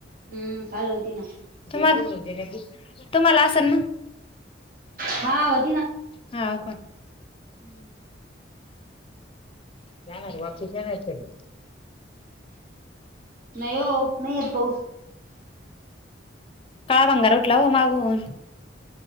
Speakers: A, on the right (about 50°); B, on the left (about 30°).
A: हम्म काल होती ना.
B: तुम्हाला, तुम्हाला असेल ना...
A: हां...
B: हो का....
A: हम्म <inaudible>
B: जाणार आहे वापस येणार आहेत का ते..
A: नाही हो नाही येत पाऊस....
B: काळा भंगार उठला हो मागुन...